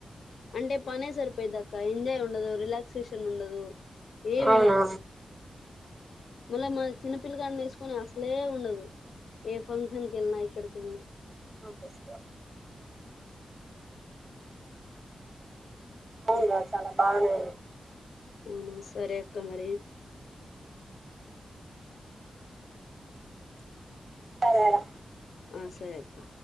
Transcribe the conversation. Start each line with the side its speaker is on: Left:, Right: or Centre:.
Left: అంటే పనే సరిపోయదాక్క ఎంజాయ్ ఉండదు రిలాక్సేషన్ ఉండదు ఏం
Right: అవునా
Left: ఉండదు మళ్ళీ మ చిన్నపిల్లకాడ వేసుకొని అసలే ఉండదు ఏ ఫంక్షన్కి వెళ్ళినా ఎక్కడికి వెళ్నా
Right: కస్ అవును రా చాలా బాగానే
Left: అవున సరే అక్క మరి
Right: సరేరా
Left: ఆ సరే అక్క